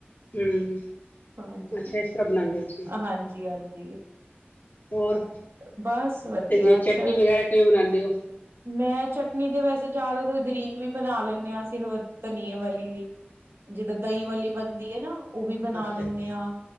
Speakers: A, on the left; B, on the right.
A: ਹੂੰ
B: ਹਾਂਜੀ,
A: ਅੱਛਾ ਇਸ ਤਰ੍ਹਾਂ ਬਣਾਉਂਦੇ ਹੋ ਤੁਸੀਂ
B: ਹਾਂਜੀ ਹਾਂਜੀ।
A: ਹੋਰ
B: ਬਸ ਵਧੀਆ
A: ਤੇ ਜੇ ਚਟਨੀ
B: ਅੱਛਾ,
A: ਵਗੈਰਾ ਕਿਵੇਂ ਬਣਾਉਂਦੇ ਹੋ?
B: ਮੈਂ ਚਟਨੀ ਤੇ ਵੈਸੇ ਜਿਆਦਾ ਗਰੀਨ ਵੀ ਬਣਾ ਲੈਂਦੇ ਆਂ ਅਸੀਂ ਹੋਰ ਧਨੀਏ ਵਾਲੀ ਵੀ, ਜਿੱਦਾਂ ਦਈਂ ਵਾਲੀ ਬਣਦੀ ਏ ਨਾ ਔ ਵੀ ਬਣਾ
A: ਅੱਛਾ
B: ਲੈਂਣੇ
A: ਜੀ
B: ਆਂ,